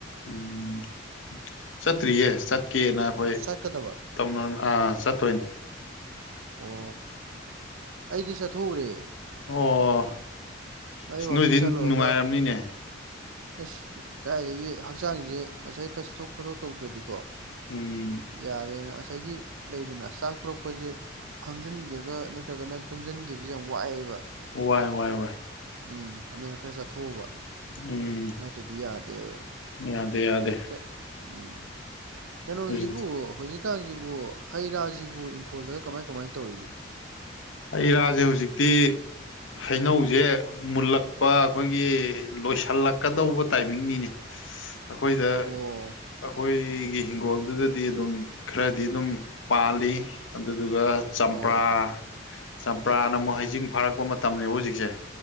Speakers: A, on the left; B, on the right.
A: ꯎꯝ ꯆꯠꯇ꯭ꯔꯤꯌꯦ ꯆꯠꯀꯦꯅ ꯑꯈꯣꯏ
B: ꯑꯣ ꯆꯠꯀꯗꯕ
A: ꯇꯧꯅꯔꯝ ꯑꯥ ꯆꯠꯇꯣꯏꯅꯦ
B: ꯑꯣ ꯑꯩꯗꯤ ꯆꯠꯊꯣꯛꯎꯔꯦ
A: ꯑꯣ
B: ꯑꯩ
A: ꯏꯁ
B: ꯋꯥꯛꯀꯤꯡ
A: ꯅꯣꯏꯗꯤ
B: ꯆꯠꯂꯨꯔꯒ
A: ꯅꯨꯡꯉꯥꯏꯔꯝꯅꯤꯅꯦ
B: ꯑꯁ ꯀꯥꯏꯗꯒꯤ ꯍꯛꯆꯥꯡꯁꯦ ꯉꯁꯥꯏ ꯈꯔ ꯆꯠꯊꯣꯛ ꯈꯣꯠꯇꯣꯛ ꯇꯧꯗ꯭ꯔꯗꯤꯀꯣ
A: ꯎꯝ
B: ꯌꯥꯔꯦꯅ ꯉꯁꯥꯏꯒꯤ ꯂꯩꯗꯅ ꯆꯥꯛ ꯇꯣꯛꯂꯛꯄꯁꯦ ꯐꯝꯖꯤꯟꯒꯦꯒ ꯅꯠꯇ꯭ꯔꯒꯅ ꯇꯨꯝꯖꯤꯟꯒꯤꯕꯁꯤ ꯌꯥꯝ ꯋꯥꯏꯑꯦꯕ
A: ꯋꯥꯏ ꯋꯥꯏ ꯋꯥꯏ
B: ꯎꯝ ꯑꯗꯨꯅꯤ ꯈꯔ ꯆꯠꯊꯣꯛꯎꯕ
A: ꯎꯝ
B: ꯅꯠꯇ꯭ꯔꯥꯗꯤ ꯌꯥꯗꯦꯕ
A: ꯌꯥꯗꯦ ꯌꯥꯗꯦ
B: <unintelligible> ꯎꯝ ꯀꯩꯅꯣꯁꯤꯕꯨ
A: ꯍꯧꯖꯤꯛ
B: ꯍꯧꯖꯤꯛ ꯀꯥꯟꯁꯤꯕꯨ ꯍꯩ ꯔꯥꯁꯤꯕꯨ ꯏꯪꯈꯣꯜꯗꯒ ꯀꯃꯥꯏ ꯀꯃꯥꯏꯅ ꯇꯧꯔꯤꯒꯦ
A: ꯍꯩ ꯔꯥꯁꯦ ꯍꯧꯖꯤꯛꯇꯤ ꯍꯩꯅꯧꯁꯦ ꯃꯨꯜꯂꯛꯄ ꯑꯈꯣꯏꯒꯤ ꯂꯣꯏꯁꯤꯜꯂꯛꯀꯗꯧꯕ ꯇꯥꯏꯃꯤꯡꯅꯤꯅꯦ ꯑꯈꯣꯏꯗ
B: ꯑꯣ
A: ꯑꯩꯈꯣꯏꯒꯤ ꯍꯤꯡꯒꯣꯜꯗꯨꯗꯗꯤ ꯑꯗꯨꯝ ꯈꯔꯗꯤ ꯑꯗꯨꯝ ꯄꯥꯜꯂꯤ ꯑꯗꯨꯗꯨꯒ ꯆꯝꯄ꯭ꯔꯥ
B: ꯑꯣ
A: ꯆꯝꯄ꯭ꯔꯥꯅ ꯑꯃꯨꯛ ꯍꯩꯖꯤꯡ ꯐꯥꯔꯛꯄ ꯃꯇꯝꯅꯦꯕ ꯍꯧꯖꯤꯛꯁꯦ